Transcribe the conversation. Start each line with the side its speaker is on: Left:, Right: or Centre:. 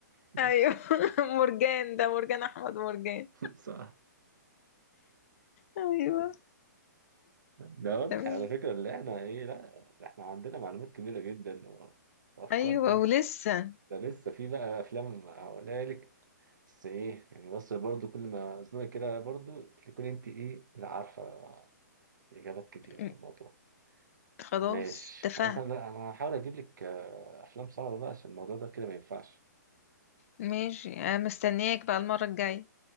Right: <laughs>
Left: ايوه <laughs> مرجان ده مرجان احمد مرجان
Right: صح
Left: ايوه
Right: ده واضح
Left: تمام
Right: على فكرة اللي احنا ايه لا احنا عندنا معلومات كبيرة جدا و- وافكار
Left: ايوه
Right: تانية
Left: ولسه
Right: ده لسه في بقى افلام هقولها لك بس ايه يعني بس برضو كل ما ازنقي كده برضو تكون انت ايه لا عارفة اجابات كتير
Left: م،
Right: عن الموضوع
Left: خلاص
Right: ماشي
Left: اتفقنا
Right: خلاص انا لا، انا هحاول اجيب لك آه، افلام صعبة بقى عشان الموضوع ده كده ما ينفعش
Left: ماشي انا مستنياك بقى المرة الجاية